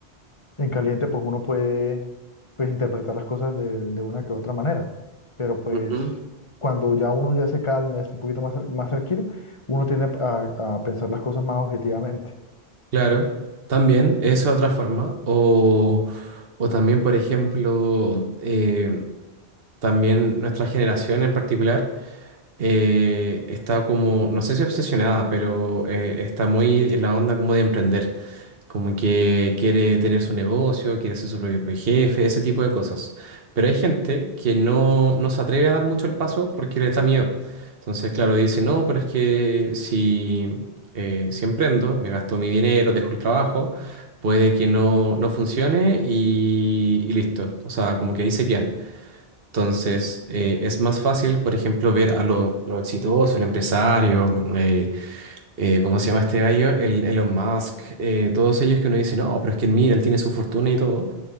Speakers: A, on the left (about 30°); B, on the right (about 60°).
A: en caliente, pues uno puede pues, interpretar las cosas de, de una que otra manera. Pero pues
B: ujú.
A: cuando ya uno ya se calma, está un poquito más, tra- más tranquilo, uno tiende a, a pensar las cosas más objetivamente.
B: Claro, también, eso de otra forma. O, o también, por ejemplo, eh, también nuestra generación en particular eh, está como, no sé si obsesionada, pero eh, está muy en la onda como de emprender como que quiere tener su negocio, quiere ser su propio jefe, ese tipo de cosas. Pero hay gente que no, no se atreve a dar mucho el paso porque le da miedo. Entonces, claro, dice, no, pero es que si, eh, si emprendo, me gasto mi dinero, dejo el trabajo, puede que no, no funcione y, y listo. O sea, como que ahí se quedan. Entonces, eh, es más fácil, por ejemplo, ver a lo, lo exitoso, el empresario, eh, eh, ¿cómo se llama este gallo? El Elon Musk, eh, todos ellos que uno dice, no, pero es que mira, él tiene su fortuna y todo,